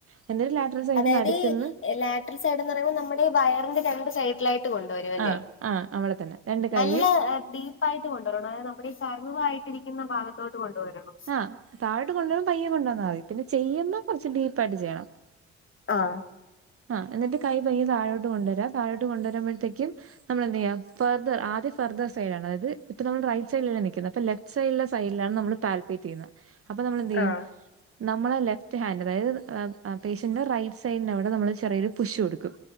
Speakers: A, on the right (about 45°); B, on the left (about 40°).
A: <unintelligible>
B: അതായത്
A: നടുക്കുന്ന്
B: ഈ ലാട്രൽ സൈഡ് എന്ന് പറയുമ്പോ നമ്മുടെ ഈ വയറിന്റെ രണ്ട് സൈഡിലായിട്ട് കൊണ്ടുവ <unintelligible>
A: ആ
B: ല്ല
A: ആ നമ്മളെ തന്നെ രണ്ട് കൈയും
B: നല്ല <unintelligible> ആയിട്ട് കൊണ്ടൊരണെ. നമ്മുടെ ഈ സ <unintelligible> വാ യിട്ടിരിക്കുന്ന ഭാഗത്തോട്ട് കൊണ്ടുവരണം
A: ആഹ് താഴൊട്ട് കൊണ്ടുവരുമ്പോ പയ്യെ വന്നാമതി പിന്നെ ചെയ്യുമ്പോ കൊറച്ച് ഡീപ്പ ആയിട്ട് ചെയ്യണം
B: ആഹ്
A: ആഹ്. എന്നിട്ട് കൈ പയ്യ തഴോട്ട് കൊണ്ടരാ. താഴോട്ട് കൊണ്ട രുമ്പഴത്തേക്കും നമ്മള് എന്ത് ചെയ്യ. ഫെർദ് ആദ്യ ഫെർദ് സൈഡാണ്. അത് ഇപ്പ നമ്മള് <unintelligible> വയറ്റ് സൈഡില നൽക്കുന്നത അപ്പ ലെഫ് സൈല സൈഡ്ലാണ് നമ്മള് പാൽപേറ്റ് ചെയ്യുന്ന അപ്പൊ നമ്മള് എന്തെയ്യും.
B: ആ
A: നമ്മള് ലെഫ്റ്റ് ഹൻഡ് അതായത് പേഷ്യന്റിന്റെ റൈറ്റ് സൈഡിന്റെ അവിടെ നമ്മള് ചെറിയൊരു പുഷ് കൊടുക്കും.